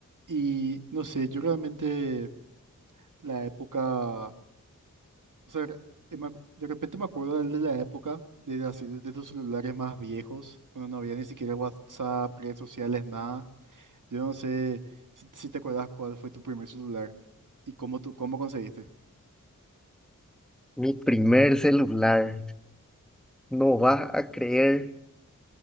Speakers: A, on the right; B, in the centre.
A: Y no sé, yo realmente la época, o sea, eh, me acu- de repente me acuerdo de la época de, así, de, de los celulares más viejos, cuando no había ni siquiera WhatsApp, redes sociales, nada. Yo no sé si, si te acuerdas cuál fue tu primer celular y cómo, tú, cómo conseguiste.
B: Mi primer celular. No vas a creer